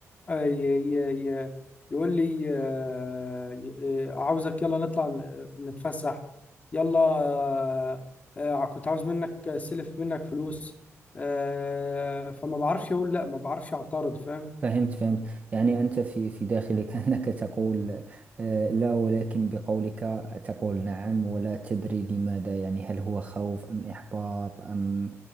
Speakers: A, on the left; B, on the right.
A: آه، ي- ي- ي- يقول لي آه، ي- آه، عاوزك يلا نطلع ن- نتفسح يلا آه، آه، كنت عاوز منك سلف منك فلوس آه، فما بعرفش اقول لا ما بعرفش اعترض فاهم
B: فهمت فهمت يعني أنت في في داخلك <laughs> أنك تقول أه، لا ولكن بقولك تقول نعم ولا تدري لماذا يعني هل هو خوف أم إحباط أم